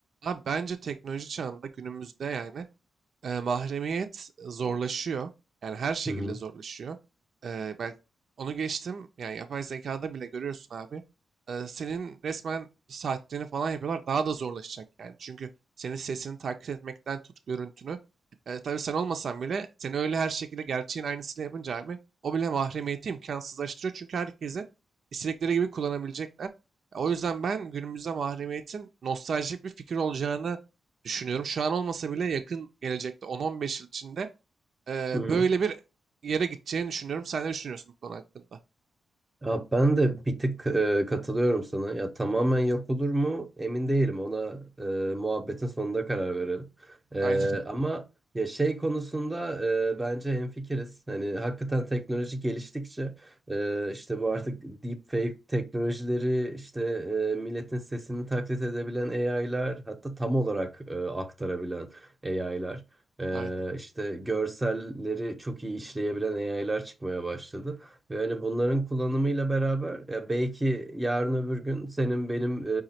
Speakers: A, on the right; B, on the right.
A: Abi bence teknoloji çağında günümüzde yani e, mahremiyet zorlaşıyor. Yani her şekilde
B: Hı hı.
A: zorlaşıyor. E, ben onu geçtim. Yani yapay zekada bile görüyorsun abi. E, senin resmen saatlerini falan yapıyorlar. Daha da zorlaşacak yani. Çünkü senin sesini taklit etmekten tut görüntünü. E, tabii sen olmasan bile seni öyle her şekilde gerçeğin aynısını yapınca abi o bile mahremiyeti imkansızlaştırıyor. Çünkü herkese istedikleri gibi kullanabilecekler. O yüzden ben günümüzde mahremiyetin nostaljik bir fikir olacağını düşünüyorum. Şu an olmasa bile yakın gelecekte 10-15 yıl içinde eee,
B: Hı hı.
A: böyle bir yere gideceğini düşünüyorum. Sen ne düşünüyorsun bu konu hakkında?
B: Ya ben de bir tık e, katılıyorum sana. Ya tamamen yok olur mu? Emin değilim. Ona e, muhabbetin sonunda karar verelim. E,
A: Aynen,
B: ama ya şey konusunda e, bence hemfikiriz. Hani hakikaten teknoloji geliştikçe e, işte bu artık deepfake teknolojileri işte e, milletin sesini taklit edebilen AI'lar hatta tam olarak e, aktarabilen AI'lar e,
A: <laughs> aynen.
B: işte görselleri çok iyi işleyebilen AI'lar çıkmaya başladı. Ve hani bunların kullanımıyla beraber ya belki yarın öbür gün senin benim